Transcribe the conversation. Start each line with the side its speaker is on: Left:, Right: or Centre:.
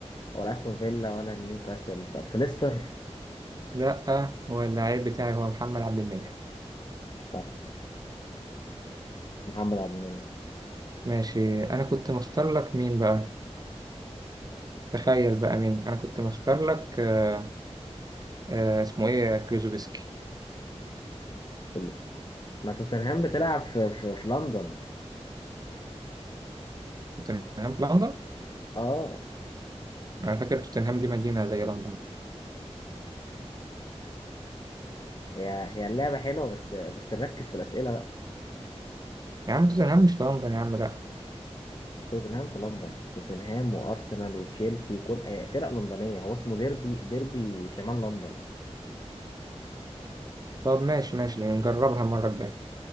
Left: ولا أستون فيلا ولا نيوكاسل طب في ليستر
Right: لا هو اللاعب بتاعي هو محمد عبد المنعم
Left: صح محمد عبد المنعم
Right: ماشي أنا كنت مختار لك مين بقى؟ تخيل بقى مين؟ أنا كنت مختار لك آه آه اسمه إيه كلوزوفسكي
Left: في ليستر ما توتنهام بتلعب في, في, في لندن
Right: توتنهام في لندن؟
Left: أه
Right: أنا فاكر توتنهام دي مدينة زي لندن
Left: هي هي اللعبة حلوة بس بس نركز في الأسئلة بقى
Right: يا عم توتنهام مش في لندن يا عم لأ
Left: توتنهام في لندن توتنهام وأرسنال وتشيلسي وكل آه، فرق لندنية هو اسمه ديربي ديربي شمال لندن
Right: طب ماشي ماشي نجربها المرة الجاية